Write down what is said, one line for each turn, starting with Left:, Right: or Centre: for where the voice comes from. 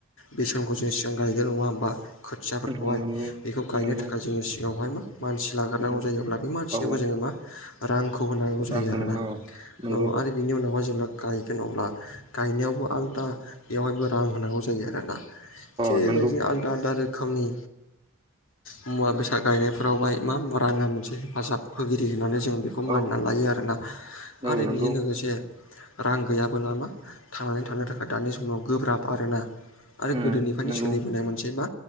Left: बेसेनखौ जेसेबां गायगोन नङा होमबा खोथिया
Right: औ
Left: खौहाय
Right: नंगौ
Left: बेखौ गायनो
Right: नंगौ
Left: थाखाय जोङो सिगाङावहाय मा मानसि लाग्रोनांगौ
Right: उम
Left: जायोब्ला बे मानसिनोबो
Right: औ
Left: जोङो मा। रांखौ होनांगौ जायो
Right: रां होनांगोन
Left: आरोना
Right: औ नंगौ
Left: औ आरो बिनि उनावहाय जेब्ला गायगोन अब्ला गायनायावबो आलादा बेवहायबो रां होनांगौ जायो आरोना।
Right: अ
Left: थिग बेबायदिनो
Right: नंगौ
Left: आलदा आलदा रोखोमनि मुवा बेसाद गायनायफोरावहाय मा मा राङा मोनसे हेफाजाब होगिरि होननानै जों बे खौ मानिनानै
Right: औ
Left: लायो आरोना
Right: औ
Left: आरो
Right: नंगौ
Left: बेजों लोगोसे रां गैयाबो लामा थांनानै थानो थाखाय दानि समाव गोब्राब आरोना। आरो
Right: उम
Left: गोदोनिफायनो
Right: नंगौ
Left: सोलिबोनाय मोनसे मा